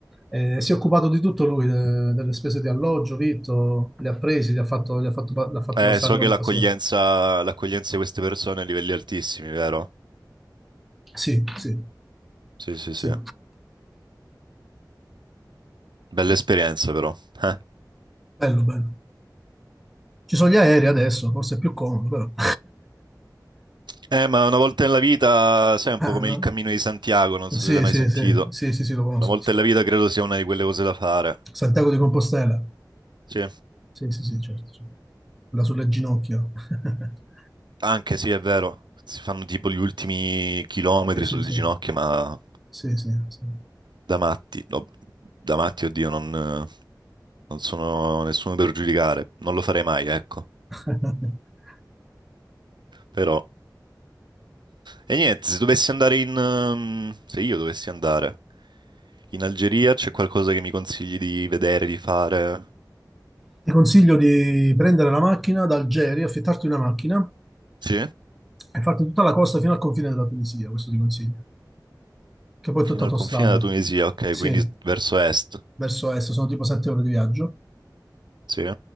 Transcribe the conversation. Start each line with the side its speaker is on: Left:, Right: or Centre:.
Centre: Eh, si è occupato di tutto lui, de- delle spese di alloggio, vitto, li ha presi, li ha fatto, li ha fatto pa- li ha fatti
Right: Eh,
Centre: passare
Right: so
Centre: con
Right: che
Centre: il
Right: l'accoglienza
Centre: passaporto.
Right: l'accoglienza di queste persone è a livelli altissimi, vero?
Centre: Sì, sì,
Right: Sì, sì,
Centre: sì.
Right: sì. Bella esperienza però. Eh.
Centre: Bello, bello. Ci sono gli aerei adesso, forse è più comodo, però. <laughs>
Right: Eh, ma una volta nella vita, sai, è un
Centre: Ah,
Right: po' come
Centre: no?
Right: il Cammino di Santiago, non so
Centre: Sì,
Right: se l'hai mai
Centre: sì,
Right: sentito.
Centre: sì, sì, sì, sì, lo conosco.
Right: Una volta
Centre: Sa-
Right: nella vita credo sia una di quelle cose da fare.
Centre: Santiago di Compostela.
Right: Sì.
Centre: Sì, sì, sì, certo. certo. Quella sulle ginocchia. <laughs>
Right: Anche sì, è vero, si fanno tipo gli ultimi chilometri
Centre: Sì, sì,
Right: sulle
Centre: sì.
Right: ginocchia, ma
Centre: Sì, sì, sì.
Right: da matti, no, da matti, oddio, non, non sono nessuno per giudicare, non lo farei mai, ecco.
Centre: <laughs>
Right: Però, e niente, se dovessi andare in, ehm, se io dovessi andare in Algeria, c'è qualcosa che mi consigli di vedere, di fare?
Centre: Ti consiglio di prendere la macchina da Algeri, affittarti una macchina
Right: Sì?
Centre: e farti tutta la costa fino al confine della Tunisia, questo ti consiglio. Che poi
Right: Fino
Centre: è tutta autostrada.
Right: al confine della Tunisia, ok,
Centre: Sì,
Right: quindi s- verso est,
Centre: verso est, sono tipo sette ore di viaggio.
Right: sì?